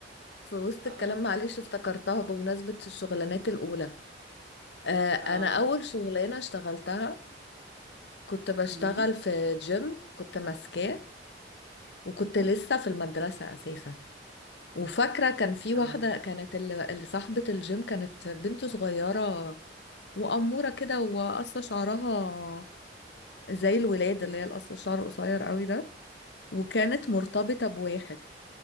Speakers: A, on the left; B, on the right.
A: في وسط
B: اه
A: الكلام معلش افتكرتها بمناسبه الشغلانات الاولى آه، انا
B: اه
A: اول شغلانه اشتغلتها كنت بشتغل
B: مم،
A: في جيم كنت ماسكاه وكنت لسه في المدرسه اساسا وفاكره كان في
B: اه
A: واحده كانت اللي اللي صاحبه الجيم كانت بنت صغيره واموره كده وقصه شعرها زي الولاد اللي هي القصه الشعر قصير قوي ده وكانت مرتبطه بواحد